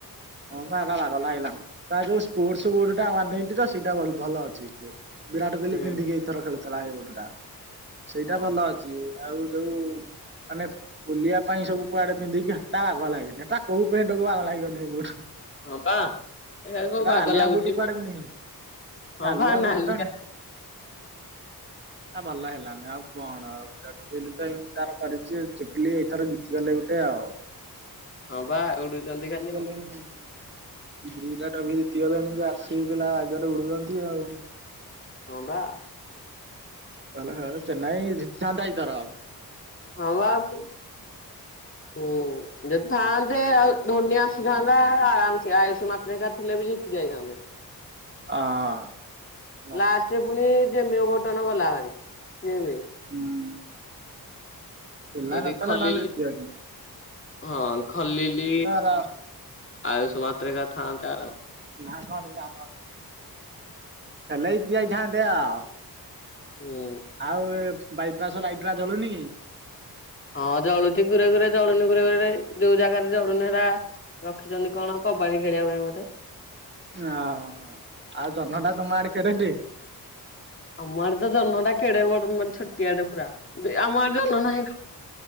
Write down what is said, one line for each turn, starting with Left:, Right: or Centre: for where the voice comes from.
Right: ହଁ ବା ହେରା ବା ଲାଗିଲାନି ତା ଯୋଉ ସ୍ପୋଟ ବୁଟ ଟା ୱାନ ଏଇଟି ର ସେଇଟା ଭ ଭଲ ଅଛି ଟିକେ। ବିରାଟ କୋହଲି
Left: ହୁଁ
Right: ପିନ୍ଧିକି ଏଇଥର ଖେଳୁଥିଲା ସେଇ ବୁଟଟା ସେଇଟା
Left: ହଁ
Right: ଭଲ ଅଛି। ଆଉ ଯୋଉ ମାନେ ବୁଲିବା ପାଇଁ ସବୁ କୁଆଡେ ପିନ୍ଧିକି ତା ବାଗ ଲାଗନି ତା କୋଉ ପେଣ୍ଟ କୁ ବା ଆଗ ଲାଗିବନି ସେ ବୁଟ।
Left: ହଁ ବା ଏ କୋଉ
Right: ହେଟା
Left: ବାଗ
Right: ନାଲିଆ
Left: ଲାଗୁଛି
Right: ବୁଟ କୁଆଡେ
Left: କ।
Right: ପିନ୍ଧିବି
Left: ହଁ
Right: ନାଲିଆ
Left: ଭା ନାଲି
Right: ବୁଟ ଟା ନା ଭଲ ହେଲାନି ଆଉ କଣ ଆଉଟ କହିଲି ତ ଏମିତି ତାର କରିଛି ଚୁଗୁଲି ଏଇଥର ଜିତିଗଲେ ଗୋଟେ ଆଉ।
Left: ହଁ ବା ଉଡୁଛନ୍ତି ଖାଲି ଆଉ।
Right: ହୁଁ। ଦିଟା ଟ୍ରଫି ଜିତିଗଲାଣି ଯେ ଆରସିବି ପିଲା ଆଗରେ ଉଡୁଛନ୍ତି ଆଉ।
Left: ହଁ ବା।
Right: ହ ହ ଚେନ୍ନାଇ ଜିତିଥାନ୍ତା ଏଥର।
Left: ହଁ ବା ହୁ। ଯଦି ଥାଆନ୍ତେ ଆଉ ଧୋନି ଆସିଥାନ୍ତା ଆରାମସେ ଆୟୁଷ ମାତ୍ର ହେଙ୍କ ଥିଲେ ବି ଜିତି ଯାଇଥାନ୍ତା। ସନ୍ଧେ।
Right: ଆଁ ହଁ।
Left: ଲାଷ୍ଟରେ ପୁଣି ଯେମିଓଘଟଣ ଗଲା ଭରି ସିଏ ବି।
Right: ହୁଁ। ପିଲା
Left: ଯଦି
Right: ନଥିଲେ
Left: ଖଲିଲି
Right: ନହେଲେ ଜିତିଯାଇଥାନ୍ତି।
Left: ହଁ ଖଲିଲି
Right: ର
Left: ଆୟୁଷ ମାତ୍ରେ କା ଥାନ୍ତା।
Right: ନାଁ ଘରେ ଗାଁ ଘର। ହେଲେ ଜିତିଯାଇଥାନ୍ତେ ଆଉ।
Left: ହୁଁ
Right: ଆଉ ବାଇପାସ୍ ଲାଇଟ ଗୁଡା ଜଳୁନି କି?
Left: ହଁ ଜଳୁଛି ଘୁରେ ଘୁରେ ଜଳୁନି ଘୁରେ ଘୁରେ ଯୋଉ ଜାଗାରେ ଜଳୁନି ହେରା ରଖିଛନ୍ତି କଣ କବାଡି ଖେଳିବା ପାଇଁ ବୋଧେ?
Right: ଆ ହୋ ହୋ ଆ ଜହ୍ନ ଟା ତମ ଆଡେ କେଡେଟେ?
Left: ଆମ ଆଡେ ତ ଜହ୍ନଟା କେଡେବଡ ମାନେ ଛୋଟିଆଟିଏ ପୁରା। ଆମ
Right: ଆଁ ମାଡେ
Left: ଆଡେ ଜହ୍ନ ନାହିଁ ତ